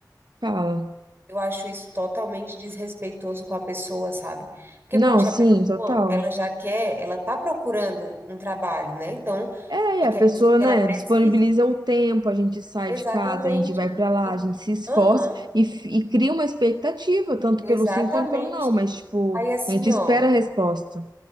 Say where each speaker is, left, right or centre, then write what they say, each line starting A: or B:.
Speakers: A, on the right; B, on the right.
A: fala.
B: Eu acho isso totalmente desrespeitoso com a pessoa, sabe? Porque,
A: Não,
B: poxa,
A: sim,
B: a pessoa,
A: total.
B: ela já quer, ela tá procurando um trabalho, né? Então,
A: É, e
B: é,
A: a
B: quer
A: pessoa,
B: dizer que
A: né,
B: ela precisa.
A: disponibiliza o tempo, a gente sai
B: Exatamente.
A: de casa, a gente vai pra lá,
B: E-
A: a gente se esforça
B: Aham,
A: e, f- e cria uma expectativa, tanto
B: exatamente.
A: pelo sim quanto pelo não, mas, tipo,
B: Aí, assim,
A: a gente espera
B: ó.
A: a resposta.